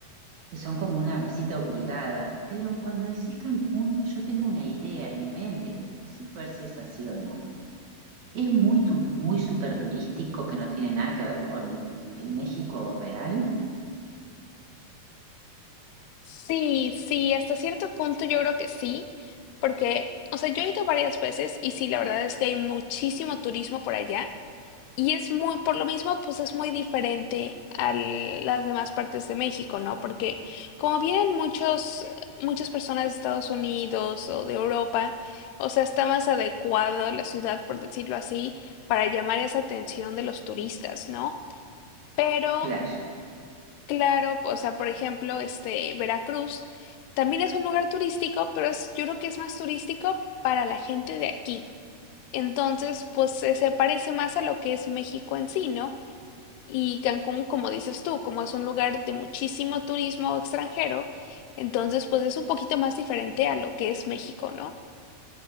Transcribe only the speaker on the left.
Sí, sí, hasta cierto punto yo creo que sí, porque, o sea, yo he ido varias veces y sí, la verdad es que hay muchísimo turismo por allá. Y es muy, por lo mismo, pues es muy diferente a las demás partes de México, ¿no? Porque como vienen muchos, eh, muchas personas de Estados Unidos o de Europa, o sea, está más adecuado la ciudad, por decirlo así, para llamar esa atención de los turistas, ¿no? Pero,
claro, o sea, por ejemplo, este, Veracruz también es un lugar turístico, pero es, yo creo que es más turístico para la gente de aquí. Entonces, pues se se parece más a lo que es México en sí, ¿no? Y Cancún, como dices tú, como es un lugar de muchísimo turismo extranjero, entonces pues es un poquito más diferente a lo que es México, ¿no?